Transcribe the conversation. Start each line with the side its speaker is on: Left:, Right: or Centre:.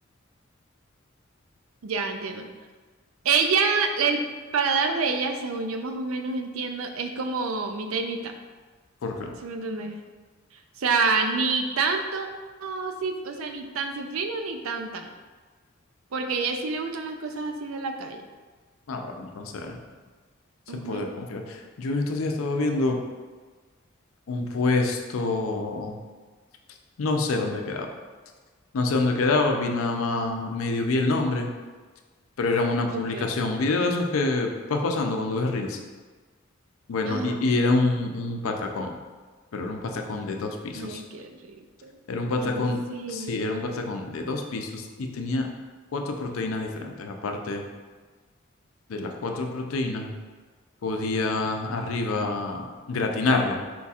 Right: Ya entiendo. Ella, el paladar de ella, según yo más o menos entiendo, es como mitad y mitad.
Left: ¿Por qué?
Right: ¿Sí me entendés? O sea, ni tanto, cif- o sea, ni tan cifrino ni tan tan. Porque a ella sí le gustan las cosas así de la calle.
Left: Ah, bueno, entonces se
Right: Ajá.
Left: puede confiar. Yo en estos días estaba viendo un puesto, no sé dónde quedaba. No sé dónde quedaba, vi nada más, medio vi el nombre, pero era una publicación,
Right: Ok.
Left: un video de esos que vas pasando cuando ves Reels. Bueno,
Right: Ajá.
Left: y, y era un, un patacón, pero era un patacón de dos pisos.
Right: Ay, qué rico.
Left: Era un patacón,
Right: En serio.
Left: sí, era un patacón de dos pisos y tenía cuatro proteínas diferentes. Aparte de las cuatro proteínas, podía arriba gratinarlo